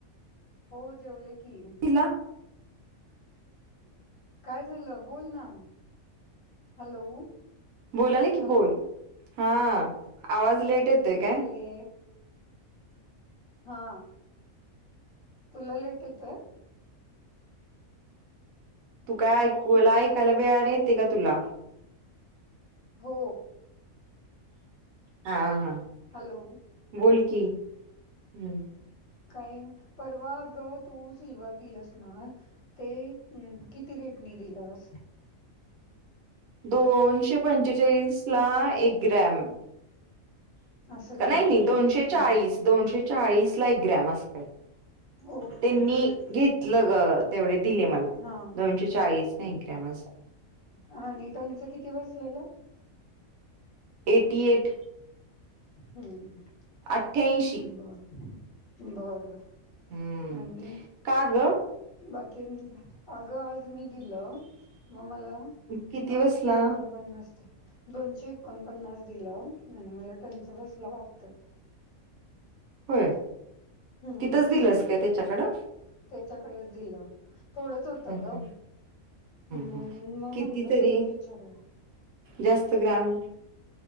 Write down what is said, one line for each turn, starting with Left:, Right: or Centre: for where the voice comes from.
Left: हो जेवले की
Right: तला
Left: काय झालं बोल ना हॅलो
Right: बोलायले कि
Left: हॅलो
Right: बोल हा आवाज लेट येतोय काय
Left: ते हा तुला लेट येतय
Right: तू काय
Left: हॅलो
Right: ऐकूला ऐकायला वेळ येते का तुला
Left: हो
Right: हा हा
Left: हॅलो
Right: बोल की ह
Left: काय परवा ग तू सिल्वर दिलस ना ते कि किती रेटनी दिलंस
Right: दोनशे पंचेचाळीस ला एक ग्रॅम
Left: असं दिलंस
Right: का नाही नाही
Left: बर
Right: दोनशे चाळीस दोनशे चाळीस ला एक ग्रॅम असतात
Left: ओके
Right: त्यांनी
Left: ओके
Right: घेतलं ग तेवढे दिले मला
Left: हा
Right: दोनशे चाळीस नाही ग्र ह
Left: हा आणि टंनच किती बसलेलं
Right: एटी एट
Left: हम्म
Right: अठ्ठ्याऐंशी
Left: बर बर बर
Right: हम्म
Left: आणि
Right: का ग
Left: बाकी आणि काय अग आज मी दिलं म मला
Right: किती
Left: दोनशे
Right: बसला
Left: एकोणपन्नास दोनशे एकोणपन्नास दिलं आणि मला टंच बसला वाटतं
Right: होय
Left: हम्म
Right: तिथंच दिलंस काय त्यच्याकडं
Left: क दिल थोडंच होतं
Right: हम्म
Left: ग म्हणून
Right: हम्
Left: मग
Right: किती
Left: म्हटलं
Right: तरी
Left: तुला विचारलं
Right: जास्त ग्रॅम